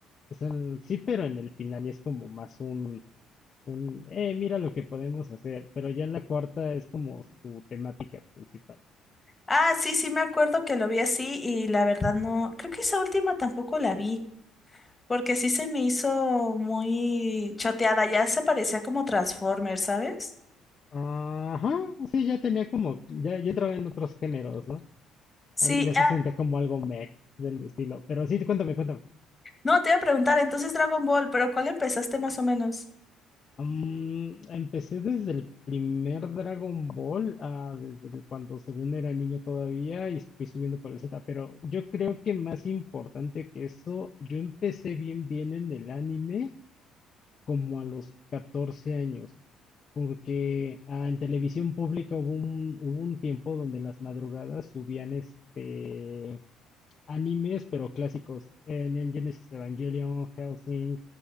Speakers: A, on the left; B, on the left.
A: O sea, sí, pero en el final y es como más un, un, eh, mira lo que podemos hacer. Pero ya en la cuarta es como su temática principal.
B: Ah, sí, sí, me acuerdo que lo vi así y la verdad no. Creo que esa última tampoco la vi, porque sí se me hizo muy choteada. Ya se parecía como Transformers, ¿sabes?
A: Ajá, sí, ya tenía como, ya, ya entraba en otros géneros, ¿no?
B: Sí,
A: Al- Ya se
B: ah,
A: sentía como algo mech del estilo. Pero sí, cuéntame, cuéntame.
B: no, te iba a preguntar entonces Dragon Ball, pero ¿cuál empezaste más o menos?
A: Mm, empecé desde el primer Dragon Ball, ah, desde el- cuando según era niño todavía, y fui subiendo por el Z. Pero yo creo que más importante que eso, yo empecé bien, bien en el anime como a los 14 años. Porque ah, en televisión pública hubo un, hubo un tiempo donde en las madrugadas subían este Animes, pero clásicos. Eh, Neon Genesis Evangelion, Hellsing,